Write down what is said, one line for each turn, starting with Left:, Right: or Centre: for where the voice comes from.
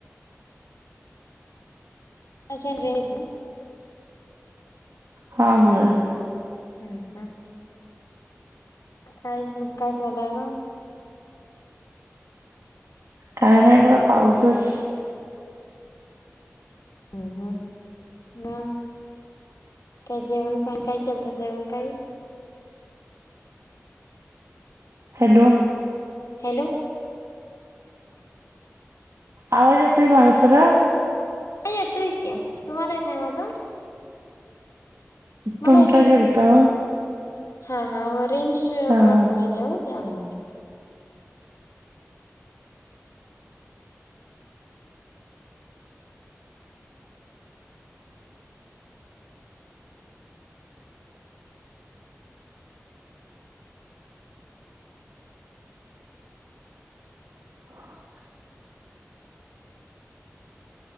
Left: कालच्यान रेंज येत नाही ओ.
Right: हां होय.
Left: हम्म हम्म काय मग काय चालू आहे मग?
Right: काय नाही बघा पाऊसच.
Left: हम्म हम्म हम्म काय जेवण, पाणी काय केलतसा सकाळी
Right: हॅलो
Left: हॅलो
Right: आवाज येतोय माझा सगळा
Left: हा येतोय की तुम्हाला येत नाही माझं. मला
Right: तुमचा
Left: येतोय की
Right: गेलता
Left: तुमचं
Right: ओ
Left: हा हा रेंज
Right: हा
Left: प्रॉब्लेम
Right: हा
Left: आल्या हो त्यामुळे
Right: ह